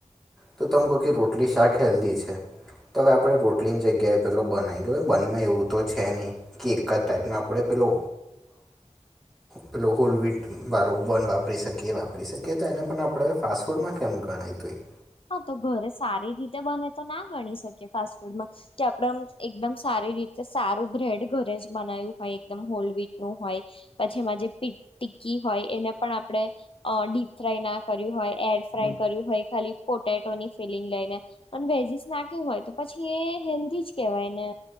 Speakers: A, in the centre; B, on the left.
A: તો તમે કહો કે, રોટલી શાક હેલ્ધી છે. તો હવે, આપણે રોટલીની જગ્યાએ પેલો બન આવીગયો અવે એ બનમાં એવું તો છે, નહીં કે, એક જ ટાઈપને આપણે પેલો પેલો હોલવીટ. વારો વન વાપરી શકીએ વાપરી શકીએ, તો એને પણ આપણે ફાસ્ટફૂડમાં કેમ ગણાયતું હોએ?
B: હા, તો ઘરે સારી રીતે બને તો, ના ગણી શકી ફાસ્ટ ફૂડમાં કે, આપડે એકદમ સારી રીતે સારું બ્રેડ ઘરે જ બનાવ્યું હોય, એકદમ હોલવીટ નું હોય પછી, એમાં જે ટિકકી હોય એને પણ આપણેે અ ડીપફ્રાયના કર્યું હોય, એરફ્રાય કર્યું હોય, ખાલી પોટેટોની ફિલિંગ લઈને અને વેજીસ નાખી હોય, તો પછી એ હેલ્ધી જ કેવાયને.